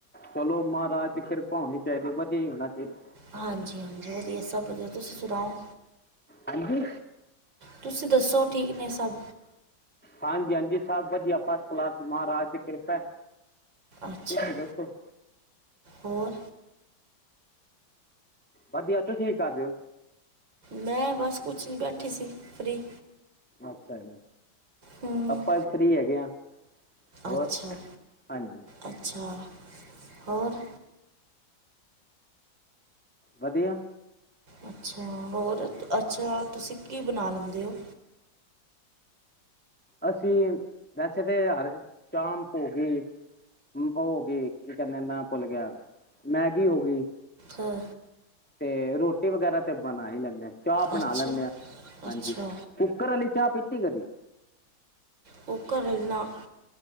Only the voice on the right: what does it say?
ਹਾਂਜੀ-ਹਾਂਜੀ ਵਧੀਆ ਸਭ ਵਧੀਆ ਤੁਸੀਂ ਸੁਣਾਓ?
ਤੁਸੀਂ ਦੱਸੋ ਠੀਕ ਨੇ ਸਭ?
ਅੱਛਾ
ਹੋਰ?
ਮੈਂ ਬਸ ਕੁਛ ਨੀ ਬੈਠੀ ਸੀ ਫੑੀ।
ਹੂੰ
ਅੱਛਾ
ਅੱਛਾ, ਹੋਰ?
ਅੱਛਾ, ਹੋਰ ਅੱਛਾ ਤੁਸੀਂ ਕੀ ਬਣਾ ਲੈਂਦੇ ਓ?
ਹਾਂ।
ਅੱਛਾ
ਅੱਛਾ
ਕੁਕਰ ਅ ਨਾ।